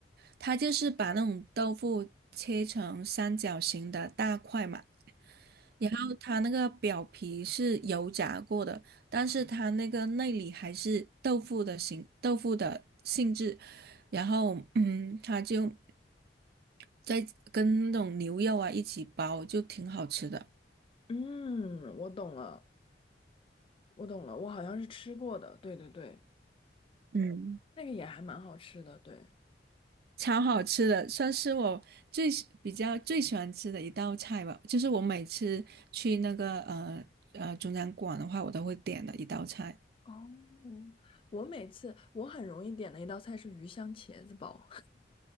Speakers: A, on the right; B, on the left.
A: 它就是把那种豆腐切成三角形的大块嘛，然后它那个表皮是油炸过的，但是它那个内里还是豆腐的形，豆腐的性质，然后嗯，它就在跟那种牛肉啊一起包，就挺好吃的。
B: 嗯，我懂了，我懂了，我好像是吃过的，对对对，
A: 嗯。
B: 那个也还蛮好吃的，对。
A: 超好吃的，算是我最喜比较最喜欢吃的一道菜吧。就是我每次去那个呃呃中餐馆的话，我都会点的一道菜。
B: 哦，我每次我很容易点的一道菜是鱼香茄子煲，